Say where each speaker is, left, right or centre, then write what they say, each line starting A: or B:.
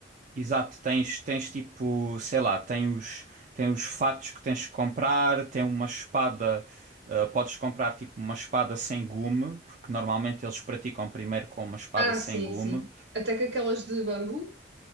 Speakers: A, on the right (about 45°); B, on the right (about 70°).
A: Exato, tens, tens tipo, sei lá, tem os, tem os fatos que tens que comprar, tem uma espada, ah, podes comprar tipo uma espada sem gume, porque normalmente eles praticam primeiro com uma espada
B: Ah,
A: sem
B: sim,
A: gume.
B: sim. Até que aquelas de bambu,